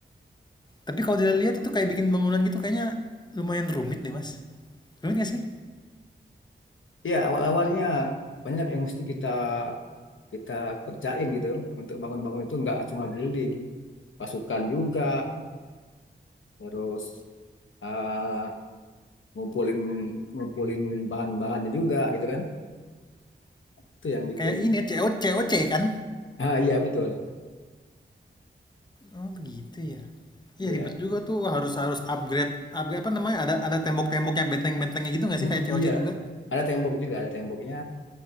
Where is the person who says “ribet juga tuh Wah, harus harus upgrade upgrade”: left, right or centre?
Left